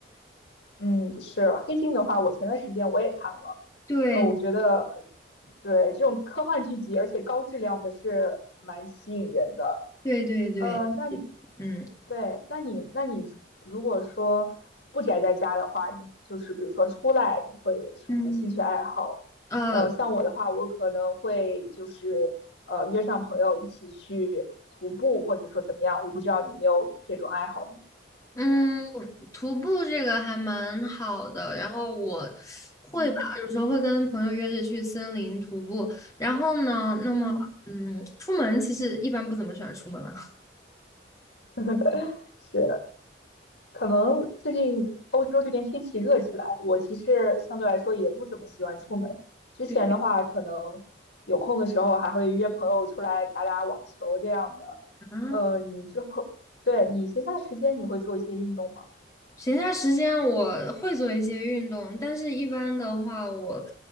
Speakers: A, on the left; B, on the left.
A: 嗯，是黑镜的话，我前段时间我也看了，
B: 对
A: 呃，我觉得对这种科幻剧集，而且高质量的是蛮吸引人的。
B: 对对对，
A: 呃，那你
B: 嗯。
A: 对，那你那你如果说不宅在家的话，你就是比如说出来，你会有什么兴趣爱好？
B: 嗯，呃。
A: 呃，像我的话，我可能会就是呃约上朋友一起去徒步，或者说怎么样，我不知道你有没有这种爱好呢？
B: 嗯，徒步这个还蛮好的，然后我会吧，
A: 嗯
B: 有时候会跟朋友约着去森林徒步。然后呢，那么嗯，
A: 嗯，
B: 出门其实一般不怎么喜欢出门了。
A: <laughs> 是。可能最近欧洲这边天气热起来，我其实相对来说也不怎么喜欢出门。
B: <laughs>
A: 之前的话，
B: 对
A: 可能有空的时候还会约朋友出来打打网球这样的。
B: 啊，
A: 呃，你之后，对，你闲暇时间你会做一些运动吗？
B: 闲暇时间我会做一些运动，但是一般的话我，